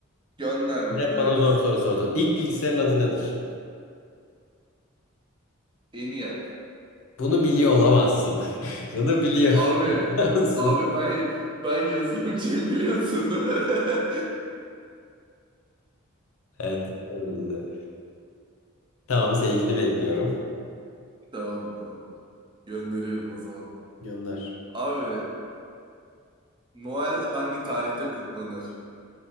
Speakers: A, on the right; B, on the left.
A: Gönder gönder
B: hep bana
A: gelsin.
B: zor soru sordun ilk bilgisayarın adı nedir
A: ENİAK.
B: Bunu biliyor olamazsın. <laughs> Bunu biliyor
A: Abi
B: olamazsın.
A: abi ben ben yazılımcıyım biliyorsun. <laughs>
B: Evet. doğru Tamam seninkini bekliyorum.
A: Tamam tamam. Gönderiyorum o zaman.
B: Gönder.
A: Abi Noel hangi tarihte kutlanır?